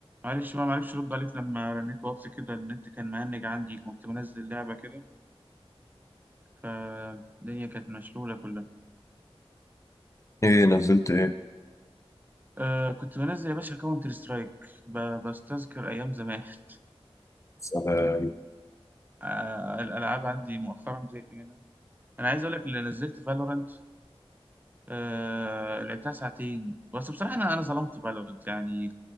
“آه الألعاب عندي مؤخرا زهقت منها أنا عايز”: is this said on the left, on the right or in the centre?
Right